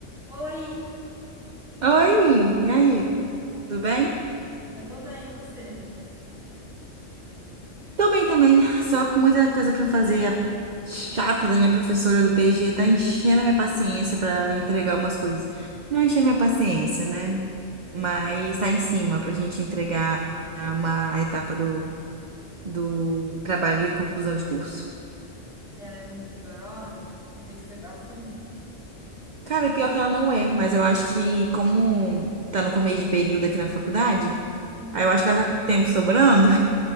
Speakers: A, in the centre; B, on the right.
A: Oi,
B: Oi, e aí? Tudo bem?
A: eu tô bem, e você?
B: Tô bem também, só com muita coisa pra fazer. A chata da minha professora do PG tá enchendo a minha paciência pra eu entregar umas coisas. Não enchendo minha paciência, né? Mas tá em cima pra gente entregar uma etapa do, do trabalho de conclusão de curso.
A: Ela é muito rigorosa? Por isso que você tá assim?
B: Cara, e pior que ela não é, mas eu acho que como tá no começo de período aqui na faculdade,
A: Uhum,
B: aí eu acho que ela tá com tempo sobrando.